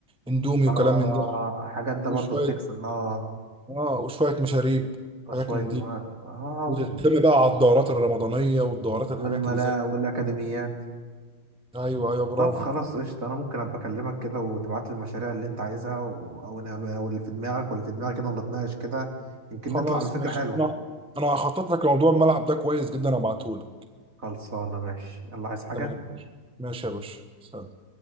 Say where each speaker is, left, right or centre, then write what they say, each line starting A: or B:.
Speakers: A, in the centre; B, on the right.
A: اندومي
B: آه
A: وكلام من ده
B: حاجات ده
A: وشويه
B: برضه بتكسب اه
A: اه وشويه مشاريب
B: وشوية
A: حاجات من دي
B: م- اه
A: وتهتم بقى على الدورات الرمضانيه والدورات الحاجات
B: والملاعب
A: اللي زي دي.
B: والاكاديميات
A: ايوه ايوه برافو
B: طب خلاص قشطة أنا ممكن أبقى أكلمك كده وتبعت لي المشاريع اللي أنت عايزها و... أو نعمل أو اللي في دماغك واللي في دماغك كده ونتناقش كده يمكن
A: خلاص
B: نطلع بفكرة
A: ماشي
B: حلوة
A: انا انا هخطط لك لموضوع الملعب ده كويس جدا ابعته لك
B: خلصانة ماشي يلا عايز حاجة
A: تمام ماشي ماشي يا باشا سلام